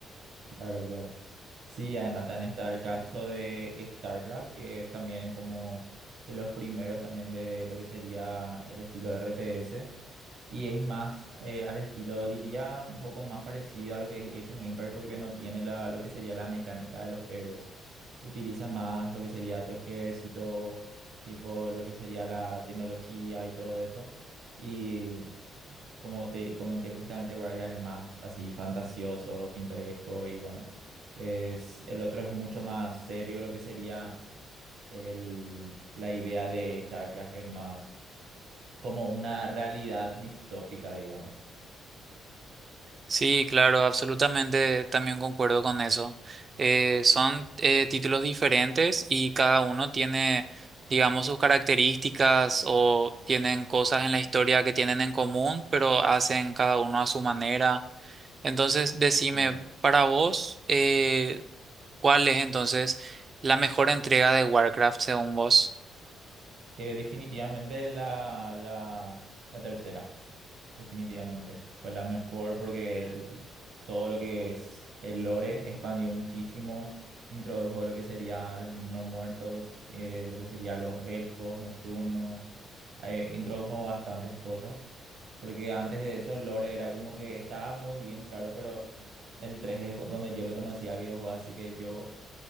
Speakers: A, on the right; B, on the right.
A: Claro, claro. Sí, además también está el caso de StarCraft, que es también como de los primeros también de lo que sería el estilo de RTS. Y es más eh, al estilo, diría, un poco más parecido a lo que es Age of Empires porque no tiene la, lo que sería la mecánica de los héroes. Utiliza más lo que sería tu ejército, tipo lo que sería la tecnología y todo eso. Y como te comenté, justamente Warcraft es más así fantasioso, pintoresco y bueno, es, el otro es mucho más serio, lo que sería el, la idea de StarCraft es más como una realidad distópica, digamos.
B: Sí, claro, absolutamente también concuerdo con eso. Eh, son eh, títulos diferentes y cada uno tiene, digamos, sus características o tienen cosas en la historia que tienen en común, pero hacen cada uno a su manera. Entonces, decime,
A: Claro.
B: para vos, eh, ¿Cuál es entonces la mejor entrega de Warcraft según vos?
A: Eh, definitivamente la, la, la tercera. Definitivamente. Fue la mejor porque el- todo lo que es el lore expandió muchísimo, introdujo lo que sería los no muertos, eh, lo que sería los elfos nocturnos, eh, introdujo bastantes cosas, porque antes de eso el lore era como que estaba muy bien, claro, pero el 3 es cu- donde yo le conocía al videojuego, así que yo